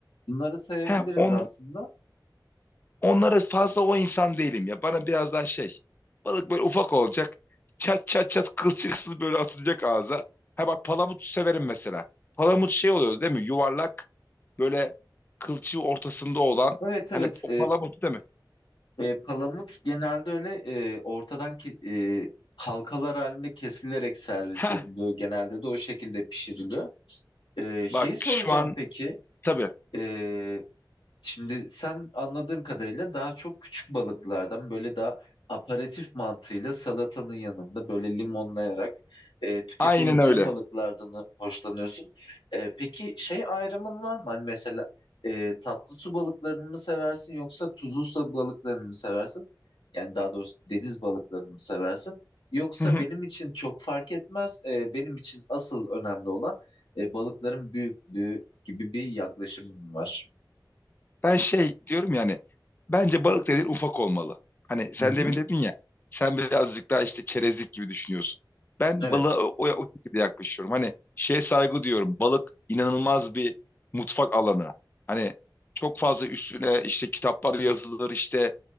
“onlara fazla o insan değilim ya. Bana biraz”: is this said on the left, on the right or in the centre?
Left